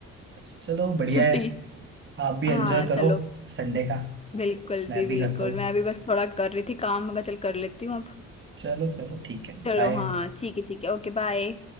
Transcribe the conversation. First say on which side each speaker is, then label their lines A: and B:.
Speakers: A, on the right; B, on the left.
A: है चलो बढ़िया
B: छुट्टी
A: है आप भी
B: हाँ
A: एंजॉय
B: चलो
A: करो संडे का
B: बिल्कुल
A: मैं
B: जी बिल्कुल
A: भी करता हूँ
B: मैं अभी बस थोड़ा कर रही थी काम मैं कहा चल कर लेती हूँ अब
A: चलो चलो ठीक है
B: चलो
A: बाय
B: हाँ ठीक है ठीक है ओके बाय